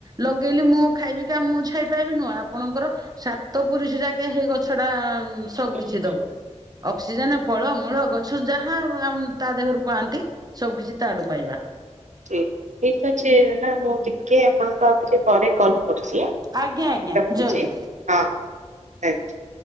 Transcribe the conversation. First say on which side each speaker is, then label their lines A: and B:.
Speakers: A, on the right; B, on the right.
A: ଲଗେଇଲି ମୁଁ ଖାଇବି କି ମୁଁ ଛାଇ ପାଇବି ନୁହଁ ଆପଣଙ୍କର ସାତ ପୁରୁଷ ଯାକେ ହେଇ ଗଛଟା ସବୁ
B: ହୁଁ ହୁଁ
A: କିିଛି ଦବ। ଅକ୍ସିଜେନ ଫଳ ମୂଳ ଗଛ ଯାହା ତା ଦେହରୁ ପାଆନ୍ତି। ସବୁ କିିଛି ତା ଆଡୁ ପାଇବା।
B: ଠିକ ଅଛି। <unintelligible> ମୁଁ ଟିକେ ଆପଣଙ୍କ ଆଉ ଟିକ୍‌ ପରେ କଲ୍ କରୁଛି।
A: ଆଜ୍ଞା ଆଜ୍ଞା
B: ରଖୁଛି
A: ଜୟ ଗୁରୁ।
B: ହଁ ଆଜ୍ଞା।